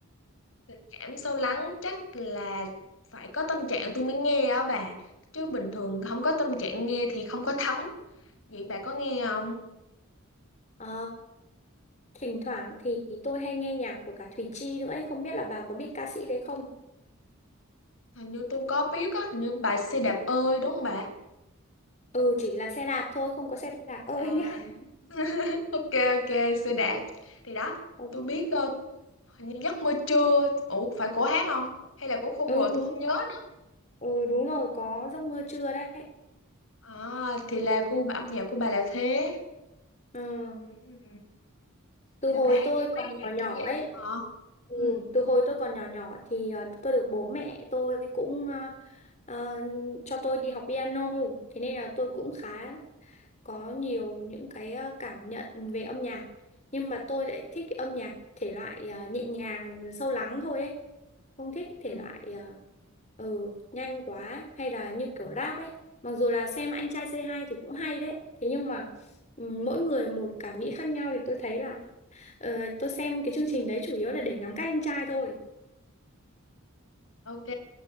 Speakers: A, on the left; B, on the left.
A: Tình cảm sâu lắng chắc là phải có tâm trạng tôi mới nghe á bà Chứ bình thường không có tâm trạng nghe thì không có thấm Vậy bà có nghe không?
B: Ờ, thỉnh thoảng thì tôi hay nghe nhạc của cả Thùy Chi nữa ấy, không biết là bà có biết ca sĩ đấy không?
A: Hình như tôi có biết á, hình như bài xe đạp ơi đúng không bà?
B: Ừ, chỉ là xe đạp thôi, không có xe đạp <laughs> ơi
A: À
B: nhá.
A: ok ok xe đạp Thì đó
B: Ừ,
A: tôi biết ờ, hình như giấc mơ trưa Ủa phải của hát không? Hay là của cover
B: Ừ, đúng,
A: tôi không nhớ nữa
B: ừ, đúng rồi, có giấc mơ trưa đấy.
A: À thì là gu âm nhạc của bà là thế
B: Ừ.
A: Ừ.
B: từ
A: Vậy
B: hồi
A: là bà hay
B: tôi
A: nghe
B: còn
A: mấy nhạc
B: nhỏ nhỏ
A: kiểu vậy
B: ấy
A: á hả?
B: ừ,
A: Ừ.
B: từ hồi tôi còn nhỏ nhỏ thì ờ, tôi được bố mẹ tôi cũng ờ, ờ, cho tôi đi học piano thế nên là tôi cũng khá có nhiều những cái ờ, cảm nhận về âm nhạc nhưng mà tôi lại thích cái âm nhạc thể loại ờ, nhẹ nhàng sâu lắng thôi ấy không thích thể
A: Ừ.
B: loại ờ, ừ nhanh quá hay là như kiểu rap ấy mặc dù là xem anh trai Say Hi thì cũng hay đấy thế nhưng mà ừ, mỗi người một cảm nghĩ khác nhau thì tôi thấy là Ờ, tôi xem cái chương trình đấy chủ yếu là để ngắm các anh trai thôi.
A: Ok,